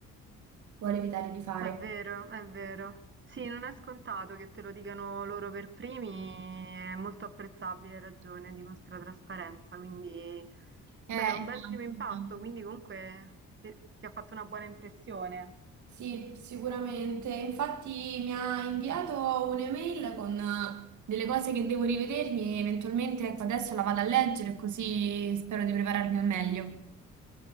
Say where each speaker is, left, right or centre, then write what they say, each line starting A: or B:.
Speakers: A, on the right; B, on the right.
A: vuole evitare di fare.
B: È vero, è vero. Sì, non è scontato che te lo dicano loro per primi, è molto apprezzabile, hai ragione, dimostra trasparenza, quindi
A: Eh,
B: beh, è un
A: esatto,
B: bel primo impatto,
A: esatto.
B: quindi comunque ti, ti ha fatto una buona impressione.
A: Sì, sicuramente. Infatti mi ha inviato un'email con eh, delle cose che devo rivedermi e eventualmente, ecco, adesso la vado a leggere così spero di prepararmi al meglio.